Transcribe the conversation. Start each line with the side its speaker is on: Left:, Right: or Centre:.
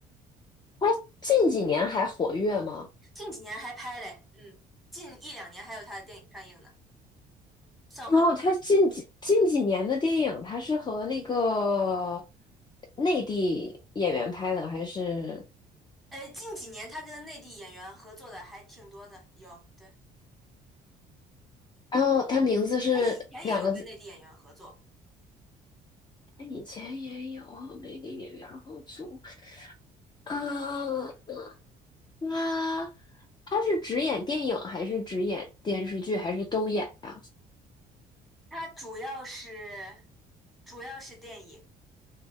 Left: 他近几年还活跃吗？
Centre: 近几年还拍嘞，嗯，近一两年还有他的电影上映呢，算活跃。
Left: 然后他近几近几年的电影，他是和那个内地演员拍的，还是？
Centre: 呃，近几年他跟内地演员合作的还挺多的，有，对，
Left: 然后他名字是两个字，
Centre: 他以前也有跟内地演员合作，
Left: 哎以前也有和内地演员合作。啊，他他是只演电影，还是只演电视剧，还是都演呀、
Centre: 他主要是主要是电影